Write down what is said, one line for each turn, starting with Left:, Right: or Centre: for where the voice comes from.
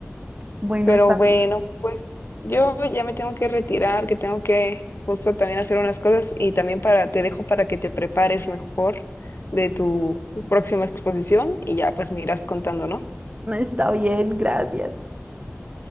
Right: Bueno,
Left: Pero
Right: está
Left: bueno,
Right: bien.
Left: pues yo ya me tengo que retirar, que tengo que justo también hacer unas cosas y también para, te dejo para que te prepares mejor de tu próxima exposición y ya pues me irás contando, ¿no?
Right: Está bien, gracias.